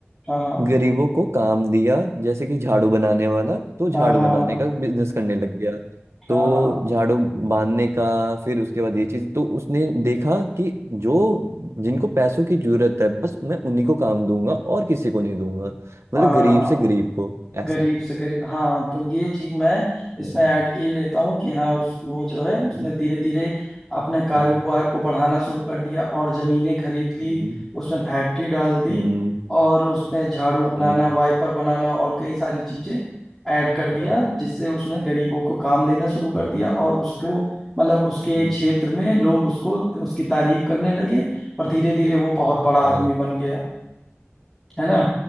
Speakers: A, in the centre; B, on the right.
A: हाँ हाँ हाँ
B: गरीबों को काम दिया जैसे कि झाड़ू बनाने वाला तो झाड़ू
A: हाँ हाँ
B: बनाने
A: हाँ
B: का बिजनेस करने लग गया तो
A: हाँ हाँ
B: झाड़ू बांधने का फिर उसके बाद ये चीज तो उसने देखा कि जो जिनको पैसों की जरूरत है बस मैं उन्हीं को काम दूंगा और किसी को नहीं दूंगा मतलब
A: हाँ हाँ
B: गरीब
A: हाँ हाँ
B: से गरीब को ऐसा
A: गरीब से गरीब हाँ तो ये चीज मैं इसमें
B: हम्म
A: ऐड किए लेता हूँ कि हाँ उस वो जो है
B: हम्म
A: उसने धीरे धीरे अपने कारोबार
B: हम्म
A: को बढ़ाना शुरू कर दिया और जमीनें खरीद ली
B: हम्म
A: उसमें फैक्ट्री डाल दी
B: हम्म,
A: और उसमें झाड़ू
B: हम्म,
A: बनाना वाइपर बनाना और कई सारी चीजें ऐड कर दिया
B: हाँ,
A: जिससे उसने गरीबों को काम देना शुरू कर दिया और उसको मतलब उसके
B: हम्म,
A: क्षेत्र में लोग उसको उसकी तारीफ करने लगे और धीरे धीरे वो बहुत
B: हाँ,
A: बड़ा आदमी बन गया है ना